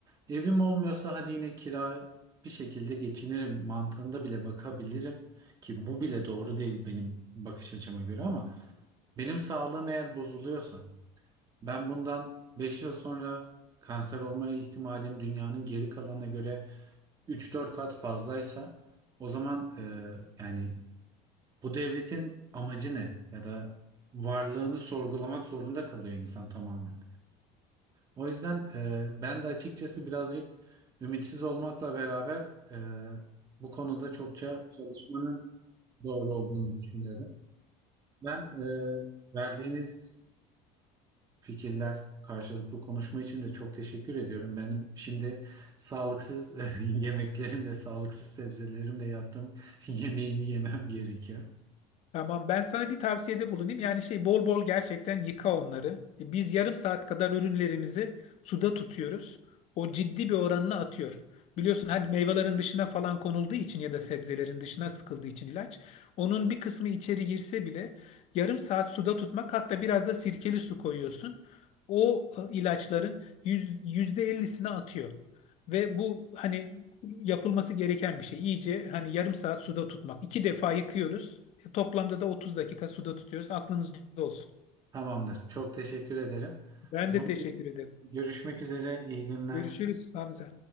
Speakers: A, on the right; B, on the left.
A: Evim olmuyorsa hadi yine kira bir şekilde geçinirim mantığında bile bakabilirim ki bu bile doğru değil benim bakış açıma göre ama benim sağlığım eğer bozuluyorsa ben bundan 5 yıl sonra kanser olma ihtimalim dünyanın geri kalanına göre üç dört kat fazlaysa o zaman e, yani Bu devletin amacı ne? Ya da varlığını sorgulamak zorunda kalıyor insan tamamen. O yüzden e, ben de açıkçası birazcık ümitsiz olmakla beraber e, bu konuda çokça çalışmanın doğru olduğunu düşünüyorum. Ben e, verdiğiniz fikirler karşılıklı konuşma için de çok teşekkür ediyorum. Benim şimdi sağlıksız <laughs> yemeklerimle, sağlıksız sebzelerimle yaptığım <laughs> yemeğimi yemem gerekiyor.
B: Tamam ben sana bir tavsiyede bulunayım. Yani şey bol bol gerçekten yıka onları. E, Biz yarım saat kadar ürünlerimizi suda tutuyoruz. O ciddi bir oranını atıyor. Biliyorsun hani meyvelerin dışına falan konulduğu için ya da sebzelerin dışına sıkıldığı için ilaç. Onun bir kısmı içeri girse bile yarım saat suda tutmak hatta biraz da sirkeli su koyuyorsun. O e, ilaçların yüz, %50'sini atıyor. Ve bu hani yapılması gereken bir şey. İyice hani yarım saat suda tutmak. İki defa yıkıyoruz. Toplamda da 30 dakika suda tutuyoruz. Aklınızda olsun.
A: Tamamdır. Çok teşekkür ederim.
B: Ben
A: O zaman
B: de teşekkür ederim.
A: görüşmek üzere. İyi günler.
B: Görüşürüz Hamza.